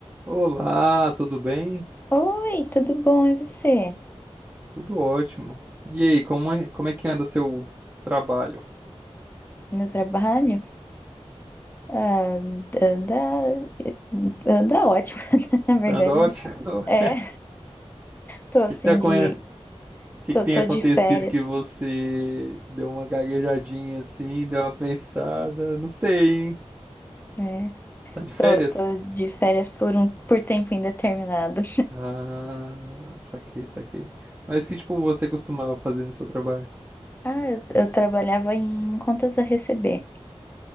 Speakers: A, on the right; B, on the left.
A: Olá, tudo bem?
B: Oi, tudo bom? E você?
A: Tudo ótimo. E aí, como é, como é que anda seu trabalho?
B: Meu trabalho? Ah, anda, anda ótimo, <laughs> na verdade.
A: Tá Anda ótimo? <laughs>
B: É, tô assim
A: O que que tá acon-
B: de,
A: o que
B: tô,
A: que tem
B: tô
A: acontecido
B: de férias,
A: que você deu uma gaguejadinha assim, deu uma pensada? Não sei, hein?
B: né?
A: Tá de férias?
B: Tô, tô de férias por um, por tempo indeterminado.
A: Ah, saquei, saquei. Mas que tipo você costumava fazer no seu trabalho?
B: Ah, eu, eu trabalhava em contas a receber.